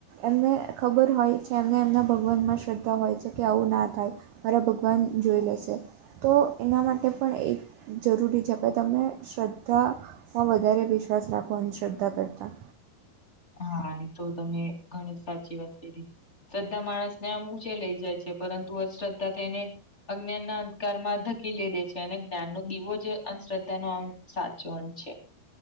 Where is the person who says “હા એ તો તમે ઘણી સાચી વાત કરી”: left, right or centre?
Left